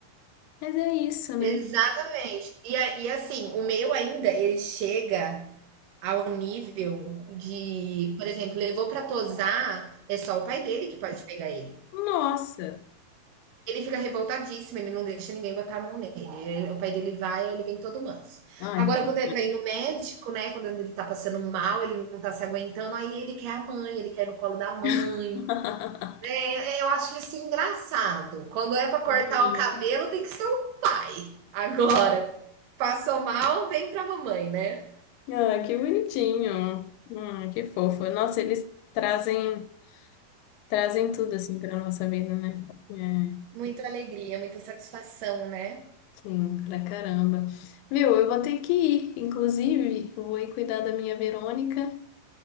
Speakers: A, on the left; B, on the right.
A: Mas é isso, né?
B: exatamente. E a e assim, o meu ainda, ele chega ao nível de, por exemplo, levou pra tosar, é só o pai dele que pode pegar ele.
A: Nossa!
B: Ele fica revoltadíssimo, ele não deixa ninguém botar a mão nele, eh, o pai dele vai, ele vem todo manso.
A: Ai,
B: Agora
A: que
B: quando é pra ir no médico, né, quando ele tá passando mal, ele não tá se aguentando, aí ele quer a mãe, ele quer ir no colo da mãe.
A: <laughs>
B: É, eu acho isso engraçado. Quando é para cortar
A: bonitinho.
B: o cabelo, tem que ser o pai. Agora, passou mal, vem pra mamãe, né?
A: Ah, que bonitinho. Ah, que fofo. Nossa, eles trazem trazem tudo assim para nossa vida, né? É,
B: Muita alegria, muita satisfação, né?
A: sim, pra caramba. Meu, eu vou ter que ir. Inclusive, eu vou ir cuidar da minha Verônica.